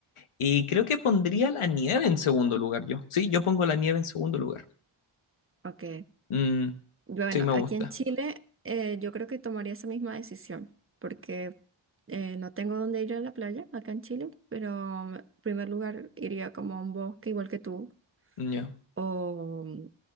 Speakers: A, on the left; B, on the right.
A: Y creo que pondría la nieve en segundo lugar yo. Sí, yo pongo la nieve en segundo lugar.
B: Ok.
A: Mm,
B: Bueno,
A: sí, me
B: aquí
A: gusta.
B: en Chile eh, yo creo que tomaría esa misma decisión, porque eh, no tengo dónde ir a la playa acá en Chile, pero en primer lugar iría como a un bosque igual que tú,
A: yo
B: o mm,